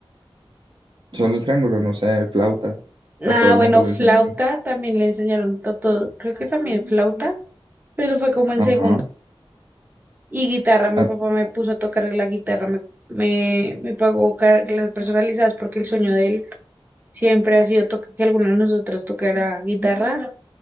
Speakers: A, on the right; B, on the right.
A: Solo el triángulo, no sé, flauta.
B: Nada,
A: A todo el
B: bueno,
A: mundo le
B: flauta
A: enseñan.
B: también le enseñaron a todo, creo que también flauta, pero eso fue como en
A: Ajá.
B: segundo. y guitarra. Mi
A: A-
B: papá me puso a tocar la guitarra, me, me, me pagó ca- clases personalizadas porque el sueño de él siempre ha sido toca- que alguno de nosotros tocara guitarra.